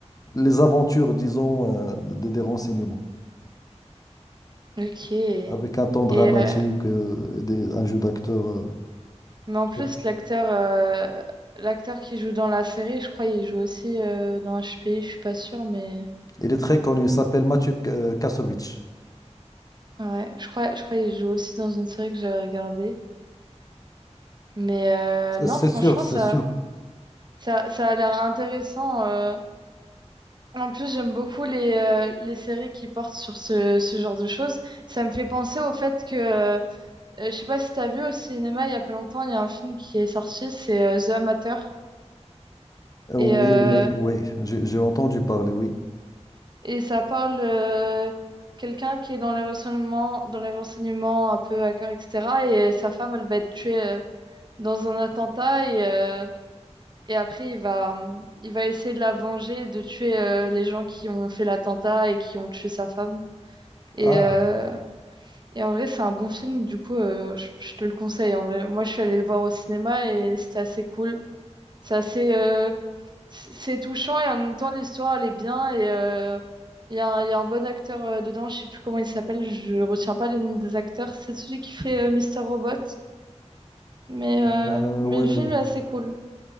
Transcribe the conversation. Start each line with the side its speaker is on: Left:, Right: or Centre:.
Left: les aventures, disons, euh, de- des renseignements,
Right: Ok. Et
Left: avec un ton dramatique,
Right: euh,
Left: euh, et des- un jeu d'acteur. euh,
Right: mais en
Left: très-
Right: plus l'acteur euh, l'acteur qui joue dans la série, je crois il joue aussi euh, dans HPI, je suis pas sûre mais
Left: Il est très connu, il s'appelle Mathieu euh, Kassovitch.
Right: ouais, je crois je crois il joue aussi dans une série que j'avais regardée. Mais euh,
Left: C'est
Right: non,
Left: c'est
Right: franchement
Left: sûr, c'est
Right: ça
Left: sûr.
Right: ça ça a l'air intéressant euh. En plus, j'aime beaucoup les, euh, les séries qui portent sur ce, ce genre de choses. Ça me fait penser au fait que, euh, je sais pas si t'as vu au cinéma il y a pas longtemps, il y a un film qui est sorti, c'est euh, The Amateur.
Left: Euh,
Right: Et,
Left: Oui,
Right: euh,
Left: oui, oui, j'ai j'ai entendu parler, oui.
Right: Et ça parle euh, quelqu'un qui est dans les renseignements, dans les renseignements un peu à cœur, etc. Et euh, sa femme, elle va être tuée euh, dans un attentat. Et, euh, et après, il va, hum, il va essayer de la venger, et de tuer euh, les gens qui ont fait l'attentat et qui ont tué sa femme. Et,
Left: Ah,
Right: euh, et en vrai, c'est un bon film. Du coup, euh, je, je te le conseille. En vrai, moi, je suis allée le voir au cinéma et c'était assez cool. C'est assez, euh, c'est touchant et en même temps l'histoire elle est bien et euh, il y a, un il y a un bon acteur euh, dedans, je sais plus comment il s'appelle, je retiens pas les noms des acteurs. C'est celui qui fait euh, Mr. Robot, mais euh,
Left: euh,
Right: mais
Left: oui,
Right: le
Left: oui.
Right: film est assez cool.